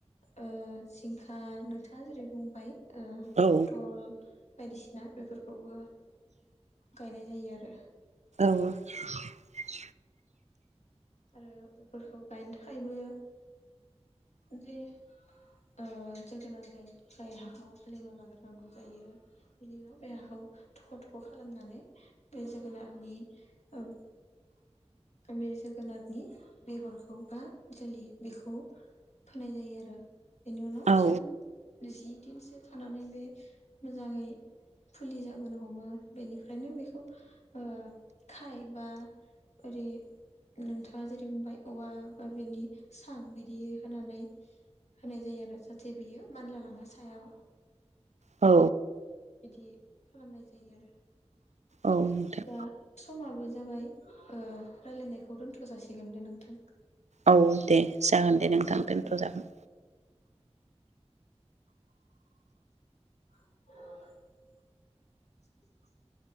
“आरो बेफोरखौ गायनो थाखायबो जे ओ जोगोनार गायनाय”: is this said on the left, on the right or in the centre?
Left